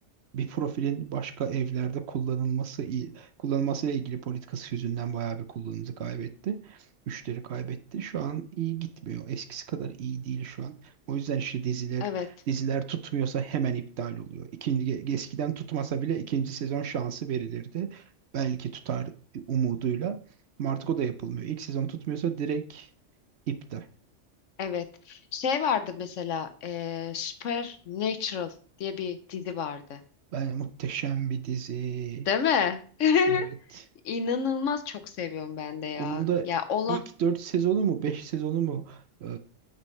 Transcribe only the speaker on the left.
evet,
evet. Şey vardı mesela eee Supernatural diye bir dizi vardı.
Değil mi? <laughs>
İnanılmaz çok seviyorum ben de ya.
Ya Allah